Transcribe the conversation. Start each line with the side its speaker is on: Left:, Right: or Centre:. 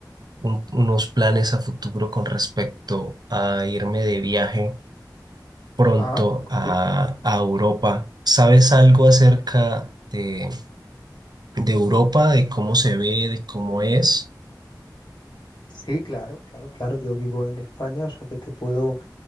Right: un- unos planes a futuro con respecto a irme de viaje pronto
Left: Ah,
Right: a,
Left: sí.
Right: a Europa. ¿Sabes algo acerca de, de Europa, de cómo se ve, de cómo es?
Left: Sí, claro, claro, claro. Yo vivo en España, o sea que te puedo